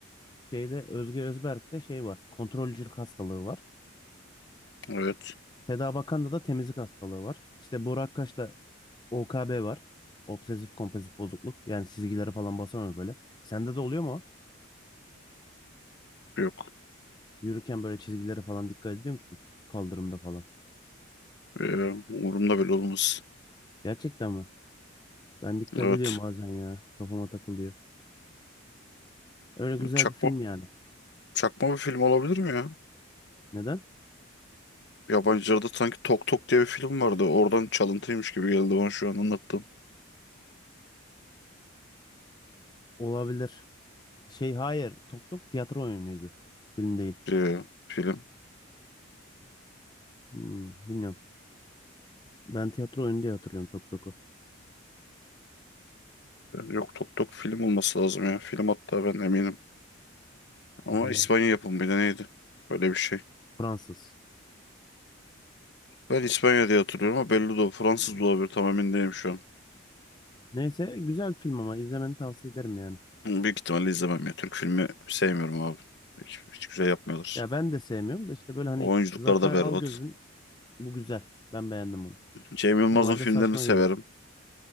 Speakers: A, on the left; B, on the left.
A: şeyde Özge Özberk'te şey var. Kontrolcülük hastalığı var.
B: Evet.
A: Feda Bakan'da da temizlik hastalığı var. İşte Boru Akkaş'ta OKB var. Obsesif kompulsif bozukluk. Yani çizgileri falan basamıyor böyle. Sende de oluyor mu o?
B: Yok.
A: Yürürken böyle çizgilere falan dikkat ediyor musun? Kaldırımda falan.
B: Ee, umurumda bile olmaz.
A: Gerçekten mi? Ben dikkat
B: Evet.
A: ediyorum bazen ya. Kafama takılıyor. Öyle güzel
B: Çakma,
A: bir film yani.
B: çakma bir film olabilir mi ya?
A: Neden?
B: Yabancılarda sanki Tok Tok diye bir film vardı. Oradan çalıntıymış gibi geldi bana şu an anlattığım
A: Olabilir. Şey hayır. Tok Tok tiyatro oyunuydu. Film değil.
B: bir film.
A: Hmm, bilmiyorum. Ben tiyatro oyunu diye hatırlıyorum Tok Tok'u.
B: Yok Tok Tok film olması lazım ya. Film hatta ben eminim. Ama
A: Anladım.
B: İspanya yapımı bir de neydi? Böyle bir şey.
A: Fransız.
B: Ben İspanya diye hatırlıyorum ama belli de o Fransız
A: Hmm.
B: da olabilir tam emin değilim şu an.
A: Neyse güzel film ama izlemeni tavsiye ederim yani.
B: Ama Büyük ihtimalle izlemem ya. Türk filmi sevmiyorum abi. Hiç, hiç güzel yapmıyorlar.
A: Ya ben de sevmiyorum da işte böyle hani
B: Oyunculuklar
A: Zafer
B: da berbat.
A: Algöz'ün bu güzel. Ben beğendim bunu.
B: Cem Yılmaz'ın
A: Normalde
B: filmlerini
A: saçma
B: severim.
A: geliyor.